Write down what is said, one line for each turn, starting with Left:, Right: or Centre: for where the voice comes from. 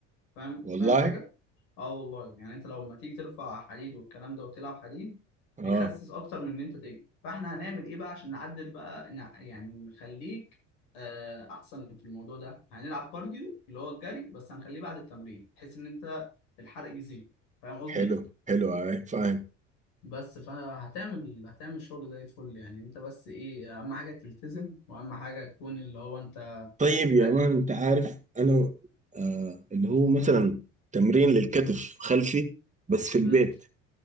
Left: فاهم
Right: والله
Left: فاهم حاجه اه والله يعني انت لما تيجي ترفع حديد والكلام ده وتلعب حديد
Right: اه
Left: بيخسس اكتر من ان انت تجري فاحنا هنعمل ايه بقى عشان نعدل بقى نع- يعني نخليك آه، احسن في الموضوع ده هنلعب كارديو اللي هو الجري بس هنخليه بعد التمرين بحيث ان انت الحرق يزيد فاهم قصدي
Right: حلو حلو آه فاهم
Left: بس فهتعمل هتعمل شغل زي الفل يعني انت بس ايه اهم حاجه تلتزم واهم حاجه تكون اللي هو انت
Right: طيب يا
Left: مركز
Right: مان انت عارف انا آه اللي هو مثلا تمرين للكتف خلفي بس في البيت
Left: امم